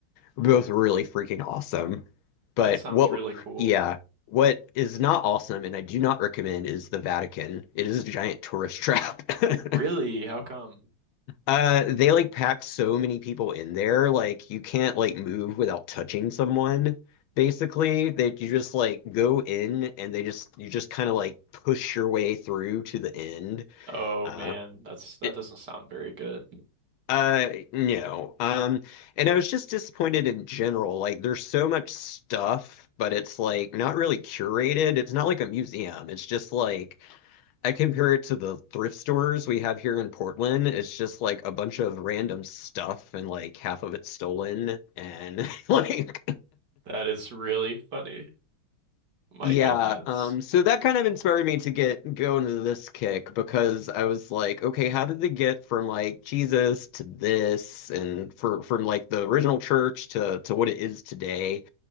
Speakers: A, on the left; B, on the right.
A: both really freaking awesome. But
B: that sounds
A: what,
B: really cool.
A: yeah, what is not awesome, and I do not recommend, is the Vatican. It is a giant tourist trap. <laughs>
B: Really? How come?
A: Uh, they like pack so many people in there, like you can't like move without touching someone. Basically, that you just like go in and they just you just kind of like push your way through to the end.
B: Oh
A: Uh,
B: man, that's that
A: it,
B: doesn't sound very good.
A: uh, no. Um, and I was just disappointed in general. Like there's so much stuff, but it's like not really curated. It's not like a museum. It's just like I compare it to the thrift stores we have here in Portland. It's just like a bunch of random stuff and like half of it stolen and <laughs> like
B: That is really funny. My
A: yeah,
B: goodness.
A: um so that kind of inspired me to get go into this kick because I was like, okay, how did they get from like Jesus to this and for from like the original church to to what it is today?